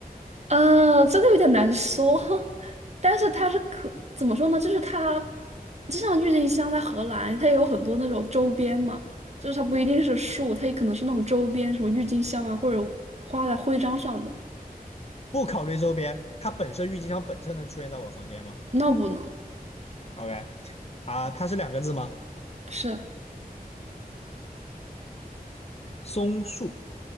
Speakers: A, on the right (about 45°); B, on the left (about 40°).
A: 呃，这个有点难说，<laughs> 但是它是可怎么说呢？就是它就像郁金香在荷兰，它也有很多那种周边嘛，就是它不一定是树，它也可能是那种周边，什么郁金香啊，或者画在徽章上的。
B: 不考虑周边，它本身郁金香本身能出现在我的房间吗
A: 那不能，
B: ？OK 啊，它是两个字吗？
A: 是
B: 松树，